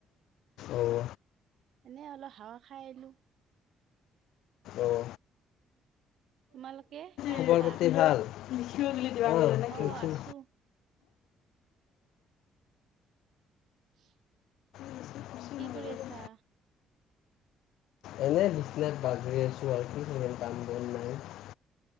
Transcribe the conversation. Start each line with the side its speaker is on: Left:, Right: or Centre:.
Left: অঁ
Right: এনে অলপ হাৱা খাই আহিলো।
Left: অঁ
Right: তোমালোকে? চাহ
Left: খবৰ
Right: খালা?
Left: পাতি ভাল? <inaudible>
Right: অ আছো। <inaudible>
Left: হ্যাঁ?
Right: কি কৰি আছা?
Left: এনে বিচনাত বাগৰি আছোঁ আৰু কি <unintelligible>